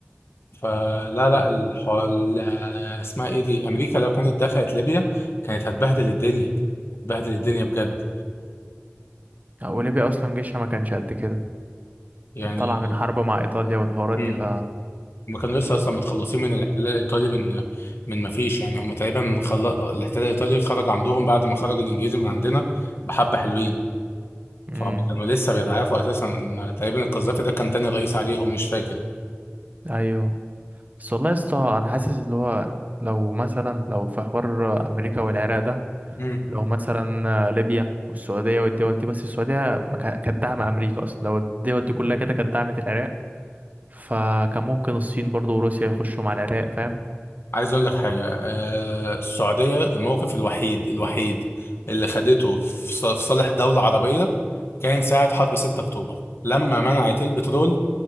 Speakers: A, on the left; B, on the right.
A: فلا لا الحو... ال- اسمها ايه دي امريكا لو كانت دخلت ليبيا كانت هتبهدل الدنيا هتبهدل الدنيا بجد
B: أو ليبيا أصلا جيشها ما كانش قد كده
A: يعني
B: كانت طالعة من حرب مع إيطاليا والحوارات
A: مم.
B: دي ف
A: هم كانوا لسه اصلا متخلصين من الاحتلال الايطالي من من ما فيش يعني هم تقريبا خل... الاحتلال الايطالي خرج عندهم بعد ما خرج الانجليزي من عندنا بحبه حلوين
B: مم.
A: فهم كانوا لسه بيتعافوا اساسا تقريبا القذافي ده كان تاني رئيس عليهم مش فاكر
B: أيوه بس والله يا اسطى أنا حاسس اللي هو لو مثلا لو في حوار أمريكا والعراق ده
A: مم.
B: لو مثلا ليبيا والسعودية والدول دي بس السعودية ما كا- كانت داعمة أمريكا أصلا لو الدول دي كلها كده كانت دعمت العراق فكان ممكن الصين برضو وروسيا يخشوا مع العراق فاهم
A: عايز اقول لك حاجه آه السعوديه الموقف الوحيد الوحيد اللي خدته في ص- في صالح دوله عربيه كان ساعه حرب 6 اكتوبر لما منعت البترول